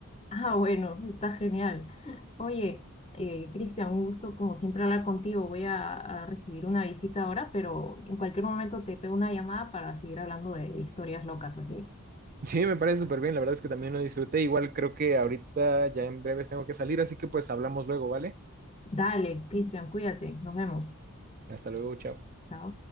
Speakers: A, on the left; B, on the right.
A: Ah, bueno, está genial. Oye, eh, Cristian, un gusto como siempre hablar contigo. Voy a, a recibir una visita ahora, pero en cualquier momento te pego una llamada para seguir hablando de, de historias locas, así.
B: Sí, me parece súper bien, la verdad es que también lo disfruté. Igual creo que ahorita ya en breves tengo que salir, así que pues hablamos luego, ¿vale?
A: Dale, Cristian, cuídate. Nos vemos.
B: Hasta luego, chao.
A: Chao.